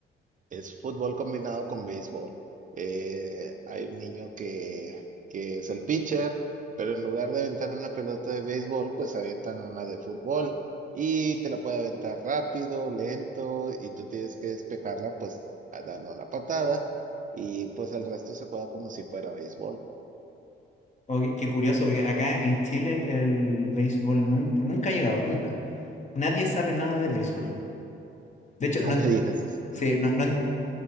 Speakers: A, on the right; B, on the left.
A: Es fútbol combinado con béisbol. Eh, hay un niño que, que es el pitcher, pero en lugar de aventar una pelota de béisbol, pues avientan una de fútbol y te la puede aventar rápido, lento, y tú tienes que despejarla pues a- dando una patada y pues el resto se juega como si fuera béisbol.
B: O qué, qué curioso, porque acá en Chile el, béisbol nunca, nunca ha llegado, nunca. Nadie sabe nada de béisbol. De
A: <laughs>
B: hecho,
A: No
B: no,
A: me digas
B: sí, no, no, en-